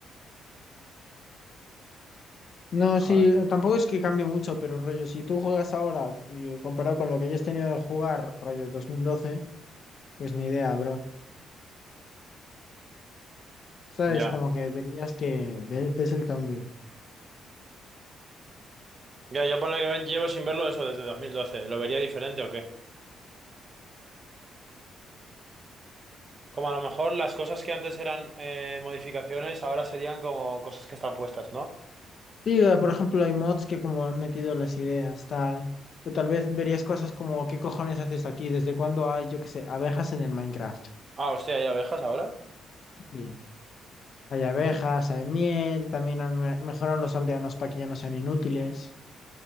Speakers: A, on the left; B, on the right.
A: No, sí,
B: Joder.
A: tampoco es que cambie mucho, pero rollo, si tú juegas ahora y comparado con lo que ya has tenido de jugar, rollo 2012 pues ni idea, bro. Sabes,
B: Ya.
A: como que verías que ve- ves el cambio.
B: Ya, yo ponle que ven- llevo sin verlo eso desde 2012. ¿Lo vería diferente o qué? Como a lo mejor las cosas que antes eran eh, modificaciones, ahora serían como cosas que están puestas, ¿no?
A: Sí, ah, por ejemplo, hay mods que como han metido las ideas, tal. O tal vez verías cosas como, ¿qué cojones haces aquí? ¿Desde cuándo hay, yo qué sé, abejas en el Minecraft?
B: Ah, hostia, ¿hay abejas ahora?
A: Sí. Hay abejas, hay miel, también han me- mejoran los aldeanos para que ya no sean inútiles.